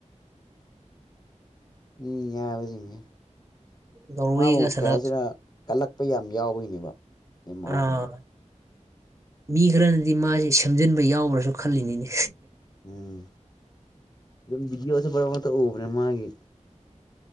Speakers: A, on the left (about 35°); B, on the right (about 25°).
A: ꯃꯤ ꯍꯥꯏꯕꯁꯤꯡꯁꯦ
B: ꯅꯣꯔꯋꯦꯒ
A: ꯃꯥꯕꯨ
B: ꯁꯥꯟꯅ
A: ꯀꯔꯤꯍꯥꯏꯁꯤꯔ ꯀꯜꯂꯛꯄ ꯌꯥꯝ ꯌꯥꯎꯕꯒꯤꯅꯦꯕ ꯑꯦꯃꯥꯕꯨꯗꯤ
B: ꯑꯥ ꯃꯤ ꯈꯔꯅꯗꯤ ꯃꯥꯁꯤ ꯁꯦꯝꯖꯤꯟꯕ ꯌꯥꯎꯕ꯭ꯔꯁꯨ ꯈꯜꯂꯤꯅꯤꯅꯦ
A: ꯎꯝ ꯑꯗꯨꯝ ꯕꯤꯗꯤꯑꯣꯁꯦ ꯃꯔꯛ ꯃꯔꯛꯇꯥ ꯎꯕꯅꯦ ꯃꯥꯒꯤ